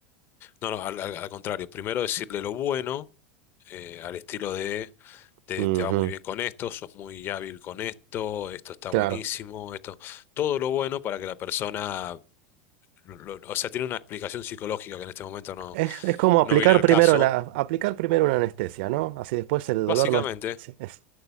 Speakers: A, on the left (about 35°); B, on the right (about 65°).
A: no, al, al- al contrario, primero decirle lo bueno, eh, al estilo de te,
B: Ujú.
A: te va muy bien con esto, sos muy hábil con esto, esto está
B: Claro.
A: buenísimo, esto, todo lo bueno para que la persona, lo- lo- o sea, tiene una explicación psicológica que en este momento no,
B: Es, es como aplicar
A: no viene al
B: primero
A: caso.
B: la, aplicar primero una anestesia, ¿no? Así después el dolor
A: Básicamente.
B: no es, sí, es-